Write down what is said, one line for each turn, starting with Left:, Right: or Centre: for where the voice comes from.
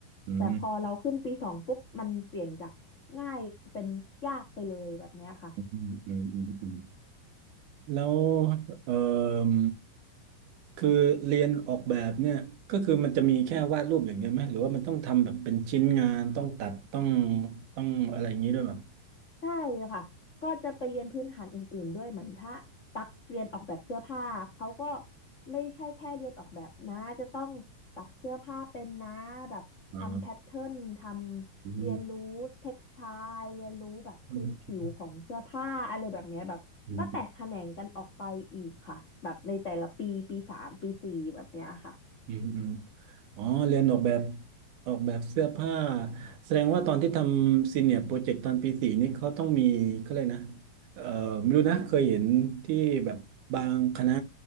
Right: อืม
Left: แต่พอเราขึ้นปีสองปุ๊บมันเปลี่ยนจากง่ายเป็นยากไปเลยแบบเนี้ยค่ะ
Right: อืมอืมอืมอืมแล้วเอ่อคือเรียนออกแบบเนี่ยก็คือมันจะมีแค่วาดรูปอย่างเดียวไหมหรือว่ามันต้องทำแบบเป็นชิ้นงานต้องตัดต้องต้องอะไรอย่างนี้ด้วยป่ะ
Left: ใช่ค่ะก็จะไปเรียนพื้นฐานอื่นๆด้วยเหมือนถ้าตักเรียนออกแบบเสื้อผ้าเขาก็ไม่ใช่แค่เรียนออกแบบนะจะต้องตัดเสื้อผ้าเป็นนะแบบทำแพทเทิร์นทำเรียนรู้เท็กซ์ไทล์เรียนรู้แบบพื้นผิวของเสื้อผ้าอะไรแบบเนี้ยแบบก็แตกแขนงกันออกไปอีกค่ะแบบในแต่ละปีปีสามปีสี่แบบเนี้ยค่ะ
Right: อ๋อมอืม อืมอืมอ๋อเรียนออกแบบออกแบบเสื้อผ้าแสดงว่าตอนที่ทำซีเนียร์โปรเจกต์ตอนปีสี่นี่เขาต้องมีเขาเลยกนะเอ่อไม่รู้นะเคยเห็นที่แบบบางคณะ